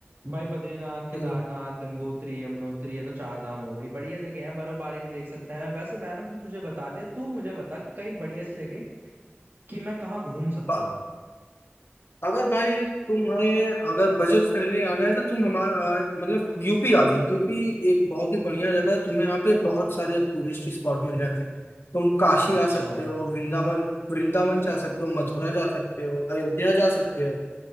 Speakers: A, on the right; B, on the left.
A: भाई बद्रीनाथ केदारनाथ
B: हम्म।
A: गंगोत्री यमुनोत्री ये तो चार धाम हो गई बढ़िया जगह है बर्फबारी भी देख सकते हैं वैसे मैंने तो तुझे बता दिया तू मुझे बता कि कहीं बढ़िया सी जगह कि मैं कहाँ घूम सकता
B: ब-
A: हूँ
B: अगर भाई तुम्हें अगर बजट फ्रेंडली आना है तो तुम हमारा मतलब यूपी आ जाओ यूपी एक बहुत ही बढ़िया जगह है तुम्हें यहाँ पे बहुत सारे टूरिस्ट स्पॉट मिल जाएंगे तुम काशी
A: अच्छा
B: आ सकते हो वृंदावन वृंदावन जा सकते हो मथुरा जा सकते हो अयोध्या जा सकते हो